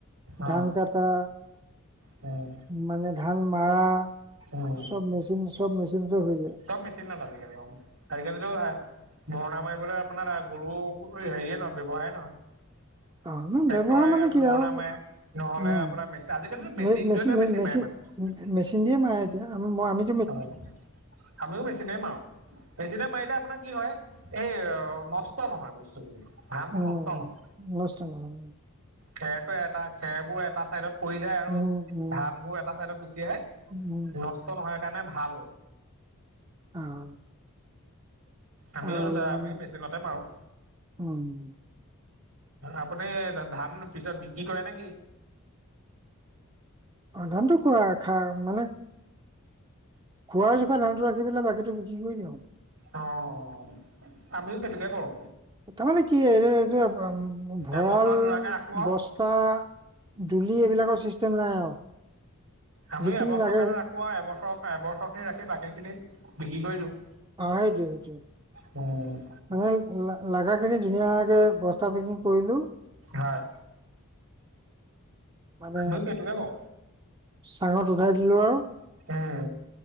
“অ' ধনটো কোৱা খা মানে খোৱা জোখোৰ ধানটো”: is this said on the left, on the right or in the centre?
Right